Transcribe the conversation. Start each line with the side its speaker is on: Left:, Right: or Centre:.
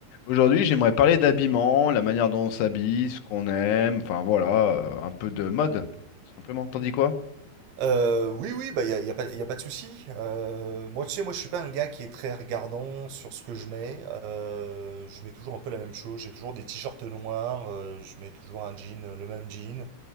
Left: Aujourd'hui, j'aimerais parler d'habillement, la manière dont on s'habille, ce qu'on aime, enfin voilà, euh, un peu de mode, tout simplement. T'en dis quoi?
Right: Euh, oui, oui, bah, il n'y a, y a pas, y a pas de souci. Euh, moi, tu sais, moi, je suis pas un gars qui est très regardant sur ce que je mets. Euh, je mets toujours un peu la même chose. J'ai toujours des t-shirts noirs. euh, je mets toujours un jean, euh, le même jean.